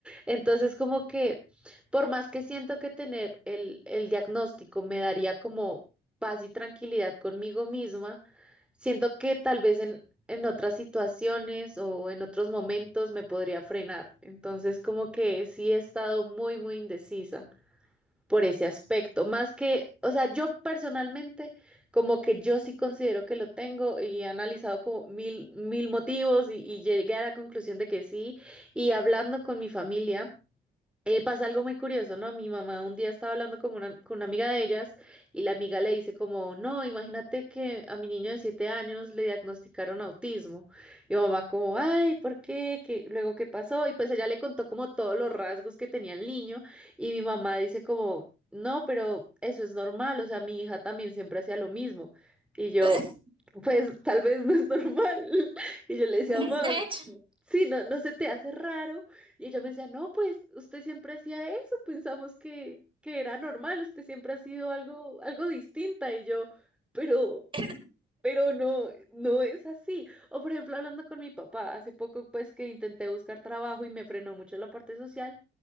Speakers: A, in the centre; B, on the right (about 25°).
A: Entonces, como que, por más que siento que tener el, el diagnóstico me daría como paz y tranquilidad conmigo misma Siento que tal vez en, en otras situaciones o en otros momentos me podría frenar. Entonces, como que sí he estado muy, muy indecisa por ese aspecto. Más que, o sea, yo personalmente, como que yo sí considero que lo tengo y he analizado como mil, mil motivos y, y llegué a la conclusión de que sí. Y hablando con mi familia eh, pasa algo muy curioso, ¿no? Mi mamá un día estaba hablando con una, con una amiga de ellas y la amiga le dice como, no, imagínate que a mi niño de siete años le diagnosticaron autismo. Y mamá como, ay, ¿por qué? ¿Qué? Luego, ¿qué pasó? Y pues ella le contó como todos los rasgos que tenía el niño y mi mamá dice como, no, pero eso es normal, o sea, mi hija también siempre hacía lo mismo. Y yo,
B: <laughs>
A: pues tal vez no es normal. <laughs> Y yo le decía,
B: De
A: mamá,
B: hecho.
A: sí, no, no se te hace raro. Y ella me decía, no, pues usted siempre hacía eso, pensamos que, que era normal, usted siempre ha sido algo, algo distinta. Y yo, pero,
B: <laughs>
A: pero no, no es así. O por ejemplo, hablando con mi papá, hace poco pues que intenté buscar trabajo y me frenó mucho la parte social,